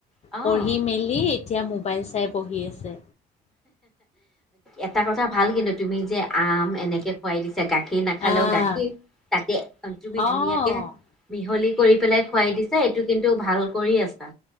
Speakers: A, in the centre; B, on the left.
A: অ',
B: পঢ়ি মেলি এতিয়া মোবাইল চাই বহি আছে
A: এটা কথা ভাল কিন্তু তুমি যে আম এনেকে খুৱাই দিছা গাখীৰ নাখালেও
B: আহ
A: গাখীৰ তাতে তুমি ধুনীয়াকে
B: অ
A: মিহলি কৰি পেলাই খোৱাই দিছে এইটো কিন্তু ভাল কৰি আছা